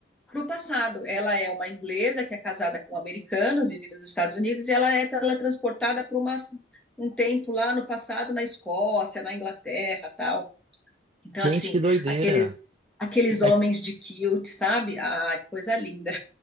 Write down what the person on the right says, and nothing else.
Gente,
que doideira.
É, ti-